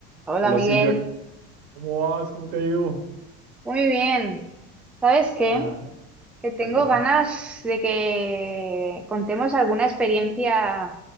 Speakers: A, in the centre; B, on the right.
A: Hola
B: Hola
A: Miguel,
B: Silvia, ¿cómo vas? ¿Cómo te ha ido?
A: muy bien. ¿Sabes qué?
B: Ah,
A: Que tengo
B: cuéntame.
A: ganas de que contemos alguna experiencia